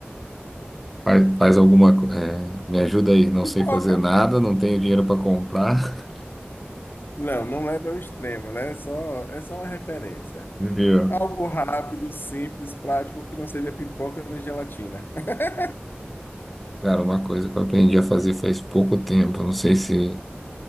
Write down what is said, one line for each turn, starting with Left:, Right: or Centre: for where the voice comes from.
Centre: Faz, faz alguma. co- é, Me ajuda aí. Não
Left: Pipoca.
Centre: sei fazer nada, não tenho dinheiro para comprar.
Left: Não, não leva ao extremo, né? É só, é só uma referência.
Centre: <laughs> Viu?
Left: Algo rápido, simples, prático, que não seja pipoca nem gelatina. <laughs>
Centre: Cara, uma coisa que eu aprendi a fazer faz pouco tempo. Não sei se,